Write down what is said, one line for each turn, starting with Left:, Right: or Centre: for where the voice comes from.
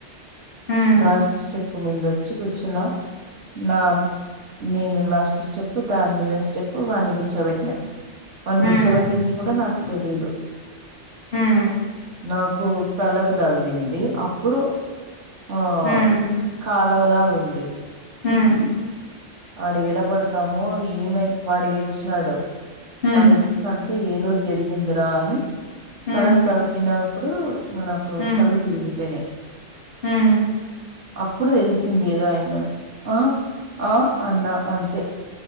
Left: మ్మ్
Right: లాస్ట్ స్టెప్ ముందొచ్చి కూర్చున్నా నా నేను లాస్ట్ స్టెప్పు, దాని మీద స్టెప్పు వాన్నీ కూర్చోబెట్టినా
Left: మ్మ్
Right: వాన్ని గూర్చోబెట్టింది గూడ నాకు తెలీదు
Left: మ్మ్
Right: నాకు తలకు తగిలింది అప్పుడు ఆ
Left: మ్మ్
Right: కాలవలాగుంది
Left: హ్మ్
Right: ఆడ ఏడబడతామో ఏమై వాడు ఏడ్చినాడు
Left: మ్మ్
Right: వాడేడుస్తాన్టే ఏదో జరిగిందిరా అని
Left: మ్మ్
Right: తలకి దాకినప్పుడు ఇగ నాకు
Left: మ్మ్
Right: కళ్ళు
Left: మ్మ్
Right: తిరిగిపోయినయి
Left: మ్మ్
Right: అప్పుడు తెలిసింది ఏదో అయిందని ఆ ఆ అన్నా అంతే